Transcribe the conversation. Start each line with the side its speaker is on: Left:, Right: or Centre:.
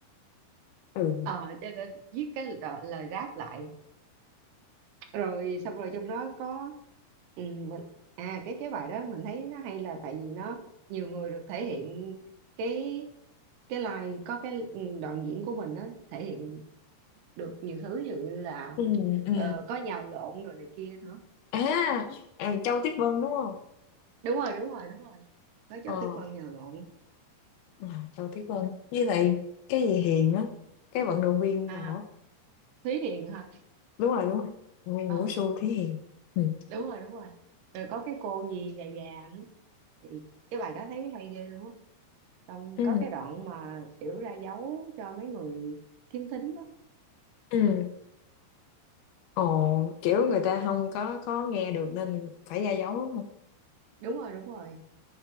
Right: <laughs>
Left: ừ
Right: ờ cho nên viết cái đo- lời rap lại rồi xong rồi trong đó có ừ, mình à cái cái bài đó mình thấy nó hay là tại vì nó nhiều người được thể hiện cái cái line có cái ừ, đoạn diễn của mình á thể hiện được nhiều thứ ví dụ như là
Left: ừ ừ.
Right: ờ, có nhào lộn rồi này kia nữa
Left: à, à Châu Tuyết Vân đúng không
Right: đúng rồi đúng rồi đúng rồi có cho
Left: ờ
Right: Tuyết Vân nhào lộn
Left: à, Châu Tuyết Vân với lại cái gì Hiền á cái vận động viên nào
Right: à
Left: á
Right: Thúy Hiền hả
Left: đúng rồi đúng rồi nguyên
Right: ờ
Left: Vũ Xu Thí Hiền ừ.
Right: đúng rồi đúng rồi rồi có cái cô gì già già nữa thì cái bài đó thấy cái hay ghê luôn á xong
Left: ừ
Right: có cái đoạn mà kiểu ra dấu cho mấy người khiếm thính đó
Left: ừ ồ kiểu người ta không có có nghe được nên phải ra dấu đúng không
Right: đúng rồi đúng rồi